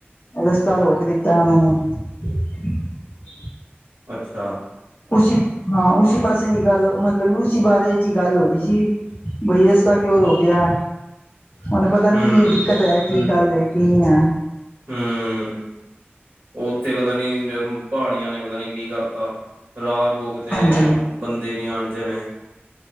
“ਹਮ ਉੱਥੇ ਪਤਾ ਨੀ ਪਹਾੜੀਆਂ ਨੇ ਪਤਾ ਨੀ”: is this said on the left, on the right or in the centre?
Right